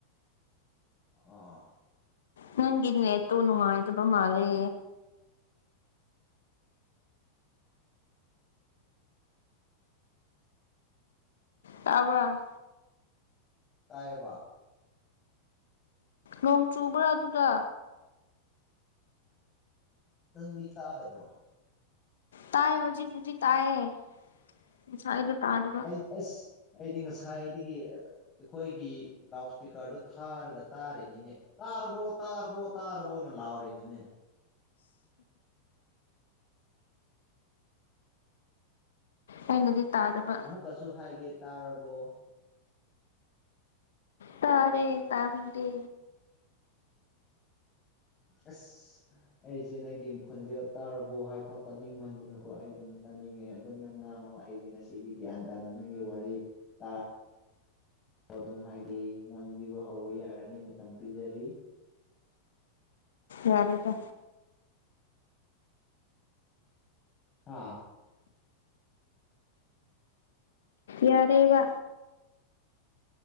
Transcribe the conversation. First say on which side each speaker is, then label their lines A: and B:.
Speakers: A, on the left; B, on the left.
A: ꯑꯣ
B: ꯅꯪꯒꯤ ꯅꯦꯠꯇꯣ ꯅꯨꯡꯉꯥꯏꯇꯕ ꯃꯥꯜꯂꯦ ꯇꯥꯕ꯭ꯔꯥ
A: ꯇꯥꯏꯌꯦꯕ
B: ꯅꯣꯡ ꯆꯨꯕ꯭ꯔꯥ ꯑꯗꯨꯗ
A: ꯅꯪꯗꯤ ꯇꯥꯗꯕ꯭ꯔꯣ
B: ꯇꯥꯏꯌꯦ ꯍꯧꯖꯤꯛꯄꯨꯗꯤ ꯇꯥꯢꯌꯦ ꯉꯁꯥꯢꯒꯤ ꯇꯥꯗꯕ
A: ꯑꯩ ꯑꯁ ꯑꯩꯗꯤ ꯉꯁꯥꯏꯗꯒꯤ ꯑꯩꯈꯣꯏꯒꯤ ꯂꯥꯎꯠ ꯏꯁꯄꯤꯀꯔꯗꯨ ꯊꯥꯔꯒ ꯇꯥꯔꯤꯅꯤꯅꯦ ꯇꯥꯔꯕꯣ ꯇꯥꯔꯕꯣ ꯇꯥꯔꯕꯣꯅ ꯂꯥꯎꯔꯤꯅꯤꯅꯦ
B: ꯑꯩꯅꯗꯤ ꯇꯥꯗꯕ
A: ꯑꯃꯨꯛꯀꯁꯨ ꯍꯥꯏꯒꯦ ꯇꯥꯔꯕꯣ
B: ꯇꯥꯔꯦ ꯇꯥꯕꯤꯔꯦ
A: ꯑꯁ ꯑꯩꯁꯦ ꯅꯪꯒꯤ ꯈꯨꯣꯟꯖꯦꯜ ꯇꯥꯔꯕꯣ ꯍꯥꯏꯐꯥꯎ ꯇꯥꯅꯤꯡꯃꯟꯗꯅꯀꯣ ꯑꯩ ꯑꯗꯨꯝ ꯇꯥꯅꯤꯡꯉꯦ ꯑꯗꯨꯝ ꯅꯪ ꯉꯥꯡꯉꯣ ꯑꯩꯗꯤ ꯉꯁꯤꯗꯤ ꯒ꯭ꯌꯥꯟ ꯇꯥꯅ ꯅꯪꯒꯤ ꯋꯥꯔꯤ ꯇꯥ ꯑꯣ ꯑꯗꯨꯝ ꯍꯥꯏꯗꯤ ꯉꯥꯡꯕꯤꯕ ꯍꯧꯕ ꯌꯥꯔꯅꯤ ꯃꯇꯝ ꯄꯤꯖꯔꯤ
B: ꯌꯥꯔꯦꯗ
A: ꯍꯥꯥ
B: ꯌꯥꯔꯦꯕ